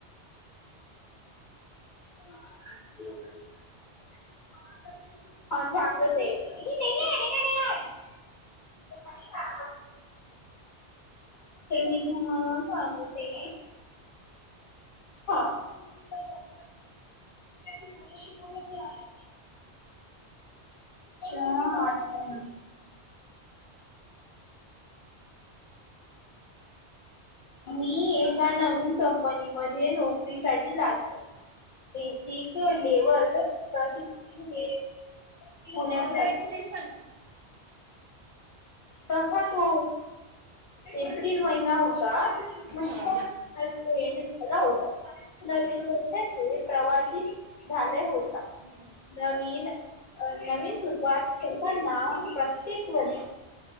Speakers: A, on the left; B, on the right.
A: ते हो शग नाही आहे घणे ह नाही का तर मी तुम्हाला सांगते हा काही वाटत त माझ्याशी बलं मी आहे आठ मणी मी एका नवीन कंपनी मध्ये नोकरी साठी लागतो बेसिक लेवल प्रशिकषण हे पुण्यात
B: विश्लेशन
A: तसा तो एप्रिल महिना होता मगत
B: हा.
A: झाला होता नवीन वर्ष ते प्रवासी झाले होता
B: हम्म.
A: नवीन नवीन सुरुवात सर्वांना प्रत्येक वर्ष